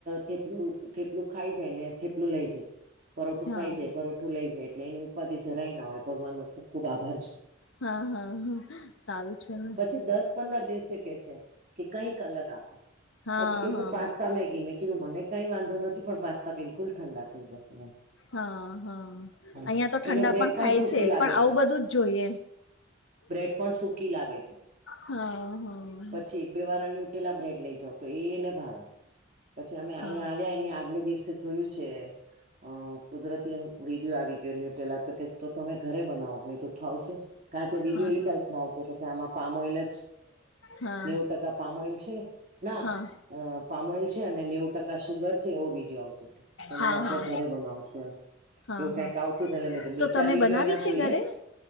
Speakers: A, on the right; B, on the left.
A: થેપલું થેપલું ખાઈ જાય ને થેપલું લઈ જાય પરઠું
B: હા
A: ખાઈ જાય
B: હા
A: પરોઠું લઈ જાય એટલે એની ઉપાધિ જરાય ના હોય ભગવાન ન ખુબ ખુબ આભાર છે.
B: હા હા હા સારું છે ને
A: પછી દસ પંદર દિવસે કેશે કે કઈક અલગ આપો
B: હા
A: પછી કેશે
B: હા
A: પાસ્તા મેગી મે એું મને કઈ વાંધો નથી પણ પાસ્તા બિલકુલ ઠંડા થઈ જશે
B: હા હા
A: એમ
B: અહં તો ઠંડા
A: એને બ્રેડ
B: પણ ખાય
A: સૂકી
B: છે
A: લાગે
B: પણ આવું બધું જ જોઈએ
A: બ્રેડ પણ સકી લાગે છે
B: હા હા
A: પછી બે વાળ ન્યુટેલા બ્રેડ લઈ જાાવ તો એને ભાવે પછી અમે અહીંયા
B: હા
A: આવ્યા એની આગલે દિવસે જોયું છે. અ કુદરતી એમ વિડીિયો આવી ગયો ન્યુટેલા તો કે તો તમે ઘરે બનાવો આવશે કારણ કે વિડીયો
B: હા
A: એ ટાઈપમાં આવતો હતો કે આમાં પામ ઓલ જ
B: હા
A: નેવું ટકા પામ ઓઈલ છે ના
B: હા
A: અ પામોયલ છે અને નેવું ટકા સુગર છે એવો વિડીયો આવતો હતો તમે
B: હા
A: આપડ
B: હા
A: ઘરે બનાવશ
B: હા
A: એવું કઈક
B: હા
A: આવતું એ મે બે
B: તો તમે
A: ચાર વિડીયો
B: બનાવી
A: એના જોઈએ
B: છે ઘરે